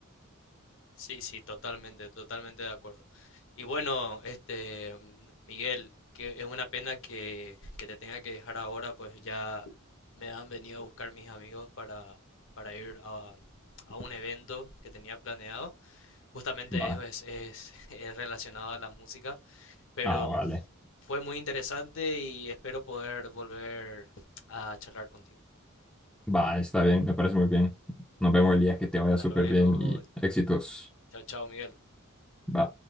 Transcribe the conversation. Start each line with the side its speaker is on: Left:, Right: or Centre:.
Left: Sí, sí, totalmente, totalmente de acuerdo. Y bueno, este, mm, Miguel, que es una pena que, que te tenga que dejar ahora, pues ya me han venido a buscar mis amigos para, para ir a, a un evento que tenía planeado. Justamente
Centre: Va.
Left: es, es, <laughs> es relacionado a la música, pero
Centre: Ah, vale.
Left: fue muy interesante y espero poder volver a charlar contigo.
Centre: Va, está bien, me parece muy bien. Nos vemos el día que te vaya
Left: Hasta
Centre: súper
Left: luego.
Centre: bien y éxitos.
Left: Chao, chao, Miguel.
Centre: Va.